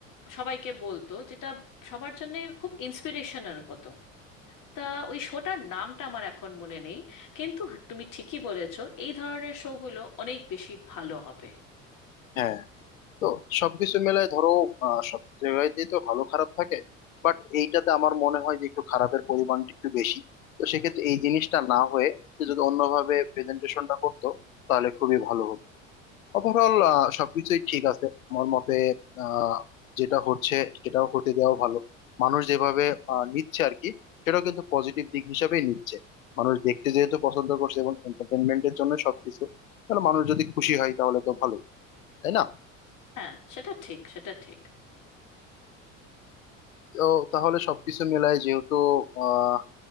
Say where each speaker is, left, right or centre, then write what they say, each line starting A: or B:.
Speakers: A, on the left; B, on the left.
A: সবাইকে বলতো যেটা সবার জন্য খুব ইন্সপিরেশনাল হতো তা ওই শোটার নামটা আমার এখন মনে নেই কিন্তু তুমি ঠিকই বলেছো এই ধরনের শোগুলো অনেক বেশি ভালো হবে
B: হ্যাঁ তো সবকিছু মেলায় ধরো আহ, সব জায়গাতেই তো ভালো খারাপ থাকে বাট এইটাতে আমার মনে হয় যে একটু খারাপের পরিমাণটা একটু বেশি তো সেক্ষেত্রে এই জিনিসটা না হয়ে সে যদি অন্যভাবে প্রেজেন্টেশনটা করতো তাহলে খুবই ভালো হতো ওভারঅল সবকিছুই ঠিক আছে আমার মতে আহ যেটা হচ্ছে সেটাও হতে দেওয়া ভালো মানুষ যেভাবে আহ, নিচ্ছে আর কি সেটাও কিন্তু পজিটিভ দিক হিসাবেই নিচ্ছে মানুষ দেখতে যেহেতু পছন্দ করছে এবং এন্টারটেনমেন্টের জন্য সবকিছু তাহলে মানুষ যদি খুশি হয় তাহলে তো ভালো তাই না
A: হ্যাঁ সেটা ঠিক সেটা ঠিক
B: তো তাহলে সবকিছু মিলাই যেহেতু আহ